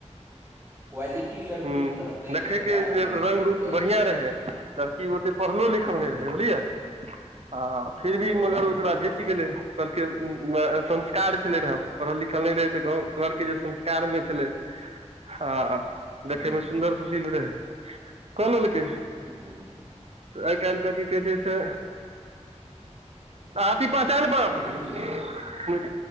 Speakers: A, on the right; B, on the right.
A: क्वालिटी लड़की
B: हु
A: मे रहतै
B: देखैके
A: लड़का
B: जे रंग रूप
A: तऽ
B: बढिआँ रहै कि ओते पढ़लो लिखल नहि
A: हूँ
B: रहै बुझलियै आ फिर भी मगर
A: रंग
B: ओकरा
A: रूप
B: ज‌एच
A: पर केलकै
B: गेलै कहलकै संस्कार छलै रहे पढ़ल लिखल नहि रहै तऽ गाँव घरके जे संस्कार मे छलै हँ देखेमे
A: हूँ
B: सुन्दर सुशील रहैए कलेलकै
A: हूँ
B: आइ काल्हि तऽ की कहै छै से अथी पहचान पत्र
A: हूँ